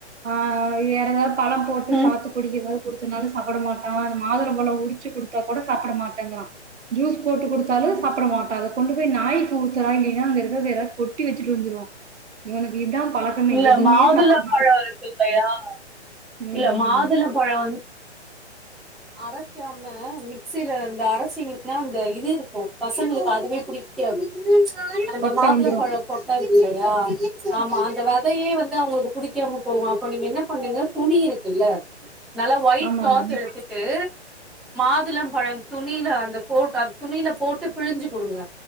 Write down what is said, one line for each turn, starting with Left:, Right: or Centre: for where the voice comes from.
Right: ஆ வேற ஏதாது பழம் போட்டு
Centre: ம்
Right: சாத்து குடி ஏதா கொடுத்தனாலு சாப்புட மாட்டா மாதுளம் பழோ உரிச்சு குடுத்தா கூட சாப்புட மாட்டேங்குரா ஜூஸ் போட்டு குடுத் லு சாப்புட மாட்டா அத கொண்டு நாய்க்கு ஊத்தறா இல்லன்னா <unintelligible> கொட்டி வெச்சிட்டு வந்துருவா இவனுக்கு இதா பழக்கமே
Centre: இல்ல
Right: எதுவுமே
Centre: மாதுளம்
Right: சாப்பிட மாட்டே
Centre: பழோ இருக்கு இல்லையா
Right: ம்
Centre: இல்ல மாதுளம்
Right: ம்
Centre: பழோ வந் அரைக்காம மிக்சில இந்த அரச்சிங்கனா ந்த இது இருக்கு பசங்களுக்கு அதுவே புடிக்காது அந்த
Right: கொட்ட
Centre: மாதுளம்பழ
Right: வந்துரு
Centre: கொட்டா இருக்கில்ல யா ஆமா வெதையே வந்து அவுங்ளுக்கு புடிக்காம போவோ அப்ப நீங்க என்ன பண்ணுங்க துணி இருக்குல்ல நல்லா ஒயிட்
Right: ஆமா
Centre: கிளாத்
Right: ம்
Centre: எடுத்துட்டு மாதுளம் பழ துணில அந்த போட்டு துணில போட்டு பிழிஞ்சி குடுங்க